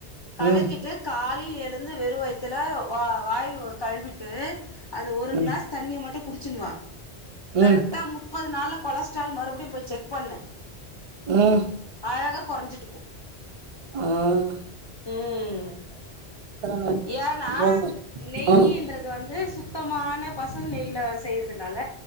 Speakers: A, on the left; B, on the right.
A: கலக்கிட்டு
B: ம்
A: காலைல எழுந்து வெறு வயித்துல வா வாய்வு கழ்விட்டு அந்த ஒரு
B: ம்
A: கிளாஸ் தண்ணிய மட்டு குடிச்சின் வா
B: ம்
A: கரெட்டா மு ப்பது நாள்ல கொலஸ்ட்ரால் மறுபடியு போய் செக் பண்ணு
B: ம்
A: அழகா கொறஞ்சிட்டுக்கு
B: ம்
A: ம்
B: நானு
A: ஏனா
B: ரொம்ப
A: நெய்யீன்றது
B: ஆ
A: வந்து சுத் சுத்தமான பசு நெய்ல செய்றதுனால